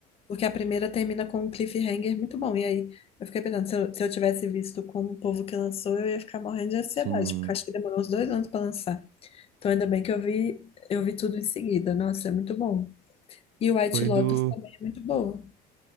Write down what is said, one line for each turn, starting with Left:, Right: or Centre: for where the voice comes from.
Left: Porque a primeira termina com um cliffhanger muito bom. E aí eu fiquei pensando, se eu, se eu tivesse visto como o povo que lançou, eu ia ficar morrendo de ansiedade,
Right: sim.
Left: porque eu acho que demorou uns dois anos pra lançar. Então ainda bem que eu vi, eu vi tudo em seguida. Nossa, é muito bom. E o White
Right: Foi
Left: Lotus
Right: do,
Left: também é muito boa.